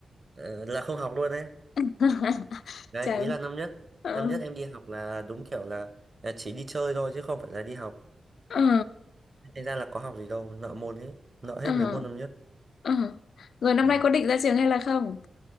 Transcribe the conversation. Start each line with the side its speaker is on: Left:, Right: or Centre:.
Right: ờ, là không học luôn đấy
Left: <laughs>
Right: đấy
Left: Trời.
Right: ý
Left: ơi.
Right: là năm nhất
Left: Ờ,
Right: năm nhất em đi học là đúng kiểu là là chỉ đi chơi thôi chứ không phải là đi học
Left: ờ,
Right: thành ra là có học gì đâu nợ môn hết nợ hết
Left: ờ,
Right: mấy môn năm nhất
Left: ờ. Rồi năm
Right: đấy
Left: nay có định ra trường hay là không?